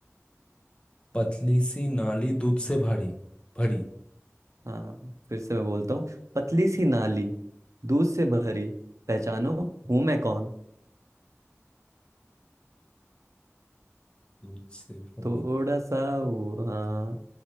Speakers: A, on the left; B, on the right.
A: पतली सी नाली दूध से भारी भरी
B: हाँ फिर से मैं बोलता हूँ पतली सी नाली दूध से भरी पहचानो हूं मैं कौन
A: दूध से भरी
B: थोड़ा सा वो हाँ